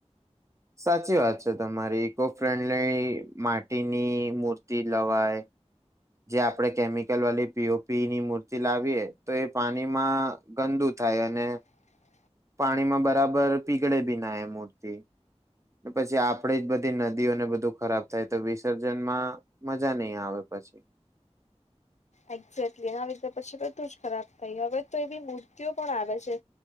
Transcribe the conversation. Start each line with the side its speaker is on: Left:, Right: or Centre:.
Right: સાચી વાત છે તમારી ઇકો ફ્રેન્ડલી માટીની મૂર્તિ લવાય જે આપણેે કેમિકલ વાળી પીઓપીની મૂર્તિ લાવીએ તો એ પાણીમાં ગંદુ થાય અને
Left: હ
Right: પાણીમાં બરાબર પીગળે ભી ના એ મૂર્તિ પછી આપડી જ બધી નદીઓને બધું ખરાબ થાય તો વિસર્જનમાં મજા નહી આવે પછી.
Left: એક્ઝેક્ટલી એના વિીધા પછી બધું જ ખરાબ થય હવે તો એવી મૂર્તિઓ પણ આવે છે.